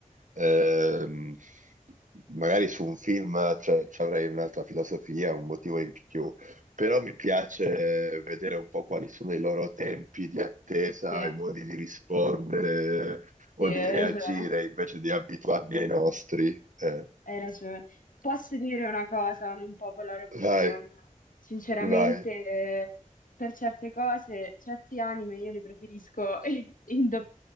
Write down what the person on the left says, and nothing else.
Sì,
sì, hai
ragione,
hai ragione. Posso dire una cosa, un unpopular opinion.
Sinceramente,
eh, per certe cose, certi anime io li preferisco <laughs> in do-